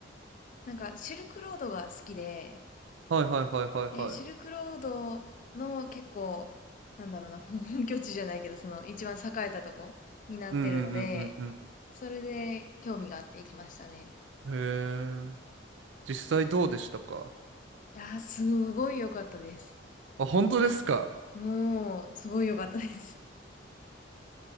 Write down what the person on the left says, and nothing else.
なんか、シルクロードが好きで、
えシルクロードの結構、なんだろうな、<laughs> 本拠地じゃないけど、その一番栄えたとこになってるので、
それで興味があって行きましたね。
いやー、すごい良かったです。
もう、すごい良かったです。